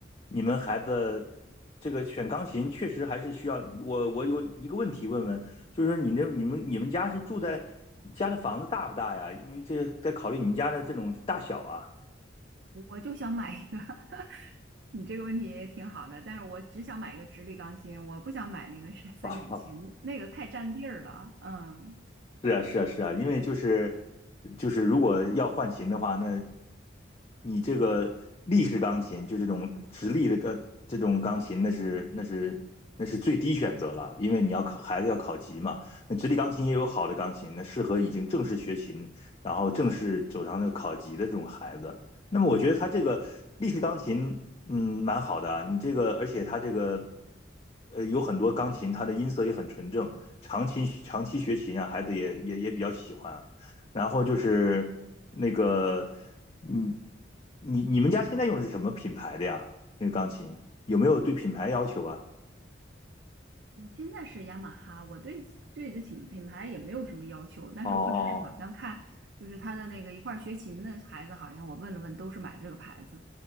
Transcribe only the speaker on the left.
你们孩子这个选钢琴确实还是需要我。我有一个问题问问，就是你那你们你们家是住在家的房子大不大呀？因为这得考虑你们家的这种大小啊。
<laughs>
是啊，是啊，是啊，因为就是就是，如果要换琴的话，那你这个立式钢琴，就这种直立的个这种钢琴，那是那是那是最低选择了，因为你要考孩子要考级嘛。那直立钢琴也有好的钢琴，那适合已经正式学琴，然后正式走上那个考级的这种孩子。那么我觉得他这个立式钢琴嗯，蛮好的啊你这个，而且它这个，呃，有很多钢琴，它的音色也很纯正。长期长期学琴啊，孩子也也也比较喜欢。然后就是那个，嗯，你你们家现在用的是什么品牌的呀？那个钢琴有没有对品牌要求啊？
哦